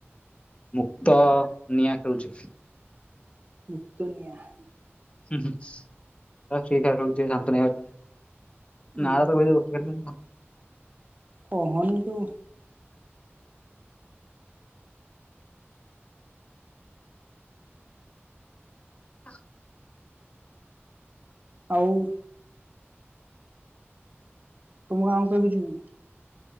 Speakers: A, on the left; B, on the right.
A: ମୁକ୍ତ ନିଆଁ ଖେଳୁଛି।
B: ମୁକ୍ତ ନିଆଁ।
A: ହୁଁ-ହୁଁ <unintelligible> ଫ୍ରି ଫାୟାର ଖେଳୁଛି ଶାନ୍ତନୁ ହେଙ୍କା ସହିତ।
B: ଉଁ ହୁଁ
A: <unintelligible>
B: କହନି ତ।
A: ଅ <inaudible>
B: ଆଉ। ତମ ଗାଁକୁ କେବେ ଯିବୁ?